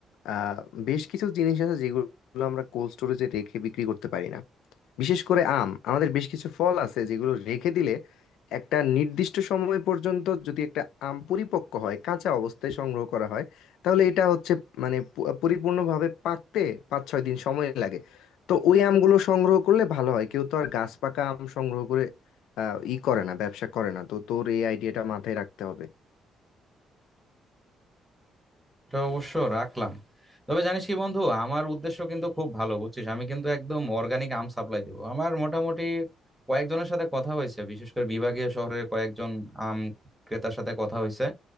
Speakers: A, on the left; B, in the centre.
A: আহ, বেশ কিছু জিনিস আছে যেগুলো আমরা কোল্ড স্টোরেজে রেখে বিক্রি করতে পারি না বিশেষ করে আম আমাদের বেশ কিছু ফল আছে যেগুলো রেখে দিলে একটা নির্দিষ্ট সময় পর্যন্ত যদি একটা আম পরিপক্ক হয় কাঁচা অবস্থায় সংগ্রহ করা হয় তাহলে এটা হচ্ছে মানে পু- পরিপূর্ণভাবে পাকতে পাঁচ ছয় দিন সময় লাগে তো ওই আমগুলো সংগ্রহ করলে ভালো হয় কেউ তো আর গাছ পাকা আম সংগ্রহ করে আহ, ই করে না ব্যবসা করে না তো তোর এই আইডিয়াটা মাথায় রাখতে হবে
B: এটা অবশ্য রাখলাম তবে জানিস কি বন্ধু আমার উদ্দেশ্য কিন্তু খুব ভালো বুঝছিস আমি কিন্তু একদম অর্গানিক আম সাপ্লাই দেবো আমার মোটামুটি কয়েকজনের সাথে কথা হয়েছে বিশেষ করে বিভাগীয় শহরের কয়েকজন আম ক্রেতার সাথে কথা হয়েছে